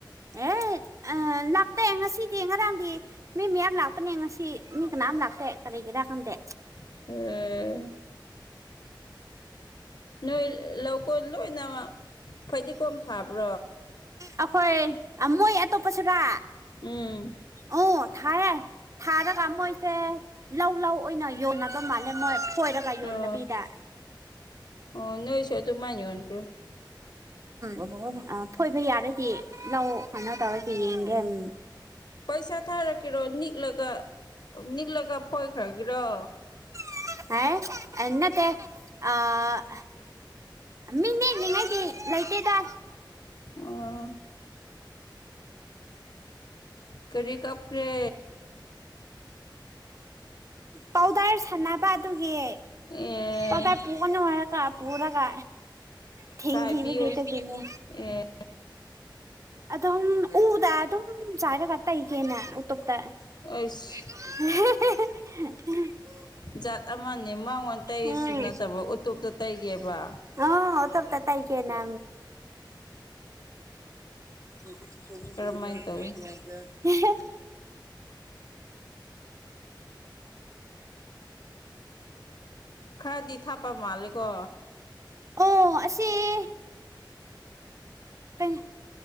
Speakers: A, on the right; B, on the left.
A: ꯑꯦ ꯑ ꯂꯥꯛꯇꯦ ꯉꯁꯤꯗꯤ ꯉꯔꯥꯡꯗꯤ ꯃꯤ ꯃꯌꯥꯝ ꯂꯥꯛꯄꯅꯦ ꯉꯁꯤ ꯃꯤ ꯀꯅꯥꯝ ꯂꯥꯛꯇ ꯀꯔꯤꯒꯤꯅꯣ ꯗ ꯈꯝꯗꯦ
B: ꯑꯦ ꯅꯣꯏ ꯂꯧꯀꯣꯟ ꯂꯣꯏꯅ ꯐꯗꯤꯒꯣꯝ ꯊꯥꯕ꯭ꯔꯣ
A: ꯑꯩꯈꯣꯏ ꯃꯣꯏ ꯑꯇꯣꯞꯄꯁꯨꯔꯥ
B: ꯎꯝ
A: ꯑꯣ ꯊꯥꯏꯌꯦ ꯊꯥꯔꯒ ꯃꯣꯏꯁꯦ ꯂꯧ ꯂꯧ ꯑꯣꯏꯅ ꯌꯣꯟꯅꯕ ꯃꯥꯜꯂꯦ ꯀꯣꯏꯔꯒ ꯌꯣꯟꯗꯕꯤꯗ
B: ꯑꯣ ꯑꯣ ꯅꯣꯏꯁꯨ ꯑꯗꯨꯃꯥꯏꯅ ꯌꯣꯟꯈ꯭ꯔꯣ
A: ꯎꯝ ꯐꯣꯏꯕ ꯌꯥꯔꯣꯏꯗꯤ ꯂꯧ ꯀꯩꯅꯣ ꯇꯧꯔꯗꯤ ꯌꯦꯡꯒꯦ ꯎꯝ
B: ꯄꯩꯁꯥ ꯊꯥꯔꯛꯀꯦꯔꯣ ꯅꯤꯛꯂꯒ ꯅꯤꯛꯂꯒ ꯐꯣꯏꯈ꯭ꯔꯒꯦꯔꯣ
A: ꯍꯥ ꯑ ꯑꯃꯤꯅꯦ ꯅꯉꯥꯏꯗꯤ ꯂꯣꯏꯇꯦꯗ
B: ꯑꯣ ꯀꯔꯤ ꯀꯞ꯭ꯔꯦ
A: ꯄꯥꯎꯗꯔ ꯁꯥꯟꯅꯕ ꯑꯗꯨꯒꯤ
B: ꯑꯦ
A: ꯄꯥꯎꯗꯔ ꯄꯑꯅꯣ ꯍꯥꯏꯔꯛ ꯀ ꯄꯨꯅ ꯀꯥꯏ ꯊꯤꯈꯤꯕ
B: ꯆꯥꯏꯕꯤꯌꯨ
A: ꯑꯗꯨꯒꯤꯅꯦ
B: ꯑꯦ
A: ꯑꯗꯨꯝ ꯎꯗ ꯑꯗꯨꯝ ꯆꯥꯏꯔꯒ ꯇꯩꯒꯦꯅꯦ ꯎꯇꯣꯞꯇ <unintelligible>
B: ꯑꯁ ꯖꯥꯠ ꯑꯃꯅꯤ ꯃꯪꯉꯣꯟ ꯇꯩꯔꯤꯁꯨ
A: ꯎꯝ
B: ꯅꯠꯇꯕ ꯎꯇꯣꯞꯇ ꯇꯩꯒꯦꯕ
A: ꯍ ꯇ ꯄꯇꯥꯏ ꯀꯦ ꯅ ꯆꯉꯖꯦ
B: ꯀꯔꯝꯃꯥꯏꯅ ꯇꯧꯋꯤ ꯈꯔꯗꯤ ꯊꯥꯄ ꯃꯥꯜꯂꯦꯀꯣ
A: ꯑꯣ ꯑꯁꯤꯁ ꯀꯩꯅ